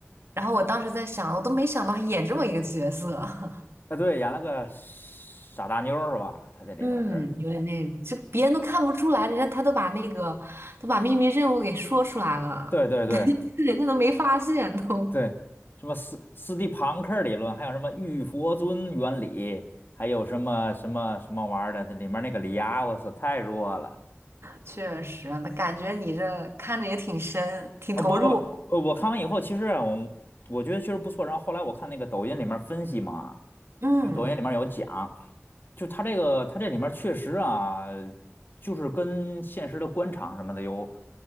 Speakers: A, on the right; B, on the left.
A: 然后我当时在想，我都没想到他演这么一个角色，<laughs>
B: 啊，对，演了个傻大妞儿是吧？他这里面是，
A: 嗯，有点那，就别人都看不出来，人家他都把那个都把秘密任务给说出来了，
B: 对对对
A: <laughs> 人家都没发现都。
B: 对，什么斯斯蒂庞克理论，还有什么玉佛尊原理，还有什么什么什么玩意儿的，那里面那个李涯，我操，太弱了。
A: 确实，那感觉你这看着也挺深，挺投入。
B: 啊，不不，呃，我看完以后，其实啊我我觉得确实不错。然后后来我看那个抖音里面分析嘛，
A: 嗯，
B: 就抖音里面有讲，就它这个它这里面确实啊，就是跟现实的官场什么的有，